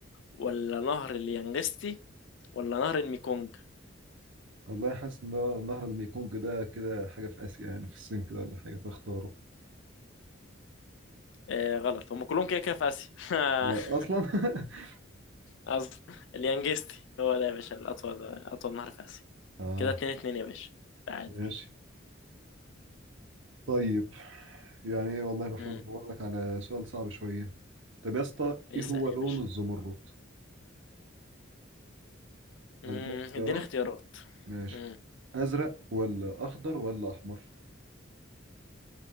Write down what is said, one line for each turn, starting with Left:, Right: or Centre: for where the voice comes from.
Left: ولا نهر اليانجستي ولا نهر الميكونج
Right: والله حاسس ان نهر نهر الميكونج ده كده حاجة في آسيا يعني في الصين كده ولا حاجة فاختاره
Left: آه غلط هم كلهم كده كده في آسيا <laughs>
Right: آه أصلا <laughs>
Left: قصدي اليانجستي هو ده يا باشا الأطول أطول نهر في آسيا
Right: اه
Left: كده اتنين اتنين يا باشا تعادل
Right: ماشي طيب يعني ايه والله بحاول
Left: امم
Right: ادور لك على سؤال صعب شويه طب يا اسطى
Left: اسأل
Right: ايه هو لون
Left: يا باشا
Right: الزمرد
Left: امم
Right: عندك اختيارات
Left: اديني اختيارات
Right: ماشي
Left: امم
Right: ازرق ولا اخضر ولا احمر